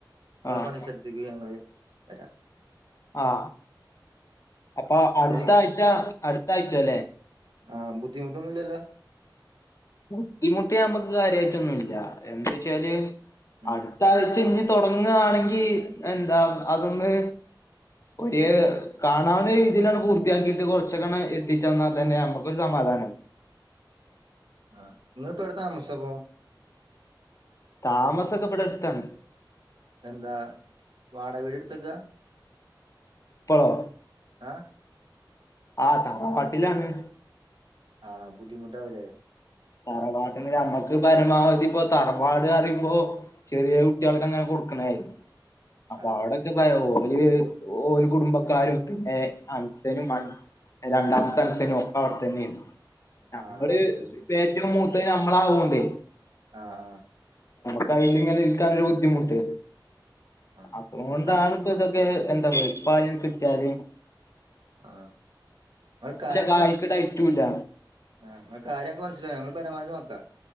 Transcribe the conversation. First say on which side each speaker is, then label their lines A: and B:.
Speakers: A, on the right; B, on the left.
A: ങ്ങളെ
B: ആഹ്
A: പണിസ്ഥലത്തിൽക്ക് ഞങ്ങള് വരാ
B: ആ അപ്പ അടുത്ത
A: അയിന്
B: ആഴ്ച അട് ത്തായ്ച്ചല്ലേ
A: ആ ബുദ്ധിമുട്ടൊന്നുല്ലല്ലോ
B: ബുദ്ധിമുട്ട് നമ്മക്ക് കാര്യയിട്ടൊന്നുല്ല എന്ത്‌ച്ചാല്
A: ഉം
B: അടുത്ത ആഴ്ച ഞ്ഞി തൊടങ്ങാണെങ്കി എന്താ അതൊന്ന് ഒര് കാണാവുന്ന രീതിലാണ്ട് പൂർത്തിയാക്കിട്ട് കൊറച്ചക്കണ എത്തിച്ചന്നാ തന്നെ നമ്മുക്കൊരു സമാധാനാവും
A: ആ ങ്ങള് ഇപ്പോ എവിടെ താമസപ്പോ
B: താമസൊക്ക ബടെ അടുത്താണ്
A: എന്താ വാടകവീട് ഇട്ത്തേക്ക
B: ഇപ്പളോ
A: ആ
B: ആ തറവാട്ടിലാണ്
A: ആ ബുദ്ധിമുട്ടാവുലേ
B: തറവാട്ടില് ഞമ്മക് ക് പരമാവധി പ്പൊ തറവാട് പറയുമ്പോ ചെറിയ കുട്ടികൾക്കെങ്ങാനും കൊടുക്കണായിരുന്നു അപ്പൊ
A: ആ
B: അവടൊക്കെ പ്പ പ്പൊ ഈ ഓര് കുടുംബക്കാരും പിന്നെ അൻസനും അൻ രണ്ടാമത്തെ അൻസനും ഒക്ക അവിടെ തന്നെണ് നമ്മള്
A: ആ അതൊരു
B: പ്പ ഏറ്റോം
A: പ്രശ്നാണ്
B: മൂത്തത് ഞമ്മളാവോണ്ടേ
A: ആ ആ
B: ക്കയിലിങ്ങനെ ഇരിക്കാനൊരു ബുദ്ധിമുട്ട്
A: ആ
B: അതുകൊണ്ടാണ്
A: ആ
B: പ്പൊ ഇതൊക്കെ എന്താ വെട്പായി കി ട്ട്യാല്
A: ആ ആ കായം
B: കായ്ക്ക്
A: കൊറച്ച്
B: ഡയറ്റുല്ല
A: ആ ങ്ങളെ കാര്യം കൊറച്ച് ഇല്ല ഞങ്ങള് പരമാവധി നോക്കാ